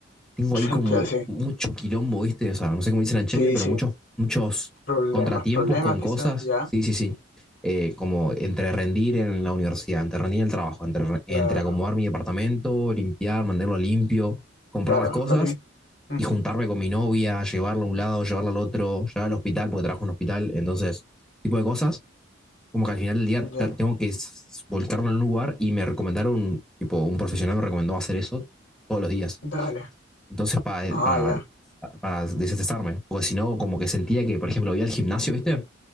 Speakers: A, in the centre; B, on the left.
A: tengo
B: <laughs>
A: ahí como
B: Ya, sí,
A: mucho quilombo, ¿viste? O sea, no sé cómo dicen en Chile,
B: sí,
A: pero
B: sí.
A: muchos, muchos
B: Problemas,
A: contratiempos
B: problemas
A: con
B: quizás,
A: cosas.
B: ya.
A: Sí, sí, sí. Eh, como entre rendir en la universidad, entre rendir en el trabajo, entre, re- entre
B: Claro,
A: acomodar mi departamento, limpiar, mantenerlo limpio, comprar
B: claro,
A: las cosas
B: no tenés... Ujú,
A: y juntarme con mi novia, llevarla a un lado, llevarla al otro, llevarla al hospital porque trabajo en un hospital. Entonces, tipo de cosas. Como que al final del día
B: Ya,
A: ta- tengo que s- volcarlo en un lugar y me recomendaron, tipo, un profesional me recomendó hacer eso todos los días.
B: dale.
A: Entonces, para,
B: Ah,
A: para,
B: ya,
A: para desestresarme. Porque si no, como que sentía que, por ejemplo, voy al gimnasio, ¿viste?